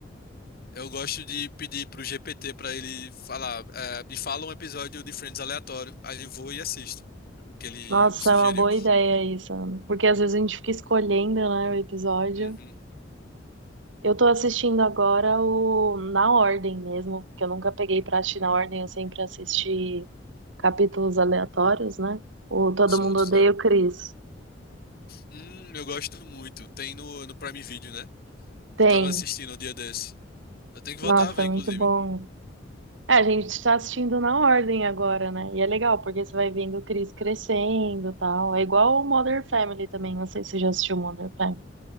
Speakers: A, on the left; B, on the right.
A: Eu gosto de pedir pro GPT pra ele falar, eh, me fala um episódio de Friends aleatório, aí eu vou e assisto o que ele
B: Nossa,
A: sugeriu.
B: é uma boa ideia isso, Ana. Porque às vezes a gente fica escolhendo, né, o episódio.
A: Uhum,
B: Eu tô assistindo
A: uhum.
B: agora o na ordem mesmo, porque eu nunca peguei pra assistir na ordem, eu sempre assisti capítulos aleatórios, né? O Todo
A: Soltos,
B: Mundo Odeia
A: né?
B: o Chris.
A: Hum, eu gosto muito. Tem no, no Prime Video, né? Eu
B: Tem.
A: tava assistindo o dia desse. Eu tenho que voltar
B: Nossa,
A: a ver,
B: é muito
A: inclusive.
B: bom. É, a gente está assistindo na ordem agora, né? E é legal, porque você vai vendo o Chris crescendo e tal. É igual o Modern Family também. Não sei se você já assistiu Modern Family.